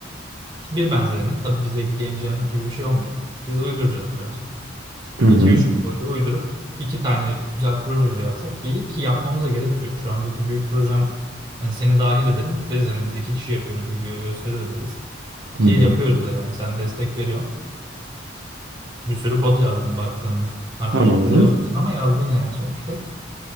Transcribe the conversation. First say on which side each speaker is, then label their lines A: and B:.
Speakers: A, on the right; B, on the right.
A: Bir benzerini. Tabii bizdeki game jam gibi bir şey olmayacak. Biz uyduracağız birazcık.
B: Hı hı.
A: 2 üç gün boyunca uydurup iki tane güzel proje bile yapsak iyi ki yapmamıza gerek de yok. Şu andaki büyük projem hani seni dahil edelim. Deriz hani biz iki kişi yapıyoruz gibi gösterebiliriz.
B: Hı
A: Ki
B: hı.
A: yapıyoruz da yani. Sen destek veriyorsun. Bir sürü kod yazdın baktığında. Hani
B: Tamamdır.
A: unutmuş olabilirsin ama yazdın yani sonuçta.